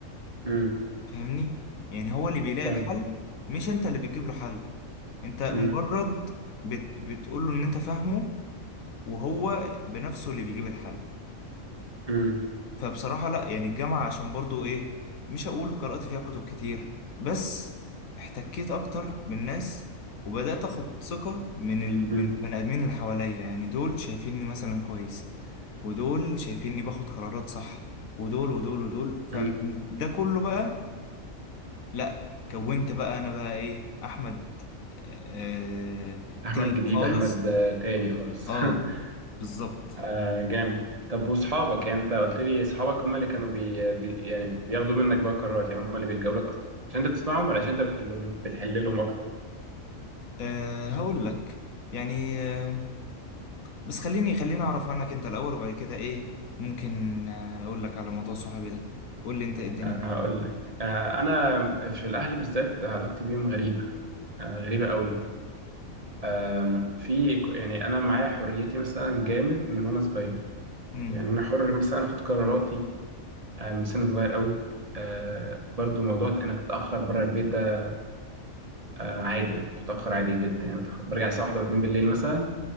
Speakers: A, on the right; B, on the left.
A: امم
B: فاهمني يعني هو اللي بيلاقي
A: فاهم
B: الحل مش انت اللي بتجيب له حل انت مجرد
A: امم
B: بت بتقول له ان انت فاهمه وهو بنفسه اللي بيجيب الحل
A: امم
B: فبصراحة لا يعني الجامعة عشان برضو ايه مش هقول قرأت فيها كتب كتير بس احتكيت اكتر بالناس وبدأت اخد ثقة من ال...
A: امم
B: من بني ادمين اللي حواليا يعني دول شايفيني مثلا كويس ودول شايفيني باخد قرارات صح ودول ودول ودول فده
A: امم
B: كله بقى لا كونت بقى انا بقى ايه احمد آه
A: احمد
B: تاني
A: جديد
B: خالص
A: احمد آه، تاني خالص
B: اه
A: <laughs>
B: بالظبط
A: آه جامد طب واصحابك يعني انت قلت لي اصحابك هم اللي كانوا بي... بي... يعني بياخدوا منك بقى قرارات يعني هم اللي بيلجأوا لك اصلا عشان انت بتسمعهم ولا عشان انت بتحل لهم بتحل لهم اكتر
B: آه هقول لك يعني آه بس خليني خليني اعرف عنك انت الاول وبعد كده ايه ممكن آه، اقول لك على موضوع صحابي ده قول لي انت إيه الدنيا
A: آه هقول لك آه انا في الاهل بالذات علاقتي بيهم غريبة آه غريبة قوي آه في يعني انا معايا حريتي مثلا جامد من وانا صغير
B: امم
A: يعني انا حر مثلا اخد قراراتي آه من سن صغير قوي آه برضو موضوع انك تتأخر بره البيت ده آه عادي انا كنت بتأخر عادي جدا يعني بتأخر- برجع الساعة واحدة واتنين بالليل مثلا